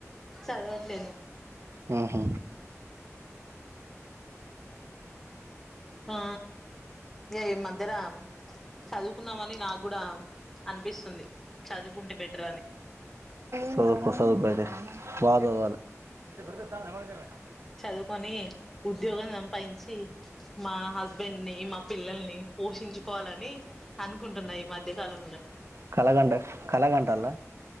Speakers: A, in the centre; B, on the right.
A: చదవట్లేను
B: హు హూ
A: ఆ ఈ మధ్యర చదువుకుందామని నాకు గూడా అనిపిస్తుంది చదువుకుంటే బెటర్ అని
B: సదువుకో సదువుకో అయితే బాగ చదవాలే
A: చదువుకొని ఉద్యోగం సంపాదించి మా హస్బెండ్ ని మా పిల్లల్ని పోషించుకోవాలని అనుకుంటున్నా ఈ మధ్య కాలంలో
B: కళగంట కళగంటల్లా